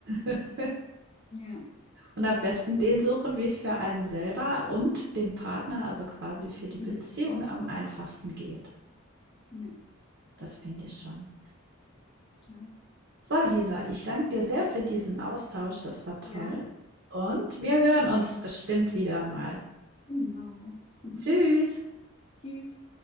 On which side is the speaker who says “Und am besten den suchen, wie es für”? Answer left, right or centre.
Right